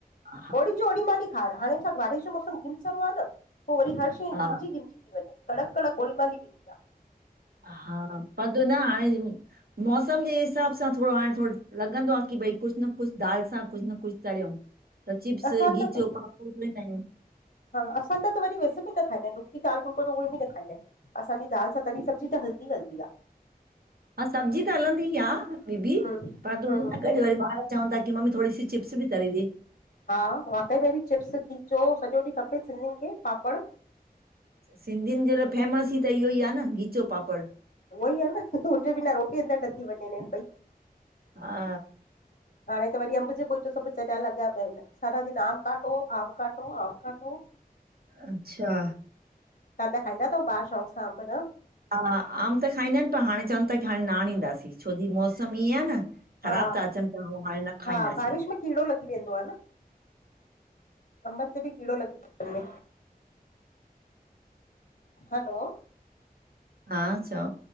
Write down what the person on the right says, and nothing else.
हा
हा
हा पद त न हाणे मौसम जे हिसाब सां थोरो हाणे थोरो लॻंदो आ की भई कुझु न कुझु दाल सां कुझु न कुझु तरियउं। त चिप्स
गीचो
पापड़ न तरियउं।
हा सब्जी त हलंदी आ दीदी।
पर तू
उन सां गॾु वरी ॿार चवनि ता की मम्मी थोरी सी चिप्स बि तरे ॾे।
सिंधियुनि जे लाइ फेमस ई त इहो ई आ न ॻीचो पापड़।
हा।
अच्छा।
हा आम त खाईंदा आहिन पर हाणे चवनि था की हाणे नाणींदासीं, छोजी मौसम ईअं आ न। ख़राब
था अचनि त ह हाणे न खाईंदासीं।
हा चओ।